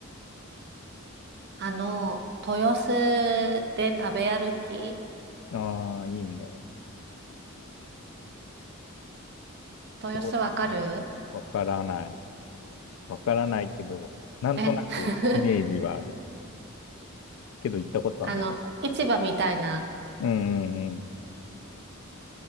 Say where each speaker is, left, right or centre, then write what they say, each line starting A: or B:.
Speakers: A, on the right (about 50°); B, on the left (about 75°).
A: あの、豊洲で食べ歩き
B: ああ、いいね。
A: 豊洲わかる
B: そうしよう。わからない。わからないけど、なんとなくイメージはある。
A: え <laughs>
B: けど行ったことはないな。
A: あの、市場みたいな
B: うんうんうん。